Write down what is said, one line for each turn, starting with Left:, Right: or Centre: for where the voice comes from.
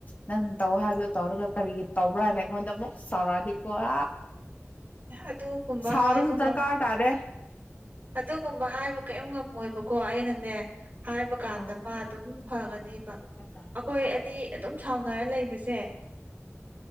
Left: ꯅꯪ ꯇꯧ ꯍꯥꯏꯕꯗꯣ ꯇꯧꯔꯒ ꯀꯔꯤꯒꯤ ꯇꯧꯕ꯭ꯔꯥ ꯍꯥꯏꯅ ꯑꯩꯉꯣꯟꯗ ꯑꯃꯨꯛ ꯁꯔꯗꯤꯀꯣꯋꯥ
Right: ꯑꯗꯨꯒꯨꯝꯕ
Left: ꯁꯥꯎꯅ
Right: ꯍꯥꯏꯕ
Left: ꯁꯗꯔ
Right: ꯉꯝ
Left: ꯀꯥ ꯇꯥꯔꯦ
Right: ꯑꯗꯨꯒꯨꯝꯕ ꯍꯥꯏꯕ ꯀꯔꯤꯝ ꯉꯝꯃꯣꯏꯕꯀꯣ ꯑꯩꯅ ꯅꯦ ꯍꯥꯏꯕ ꯀꯥꯟꯗ
Left: ꯑꯥ ꯑ
Right: ꯃꯥ ꯑꯗꯨꯝ ꯐꯒꯅꯦꯕ ꯑꯩꯈꯣꯏ ꯑꯅꯤ ꯑꯗꯨꯝ ꯁꯥꯎꯅꯔ ꯂꯩꯕꯁꯦ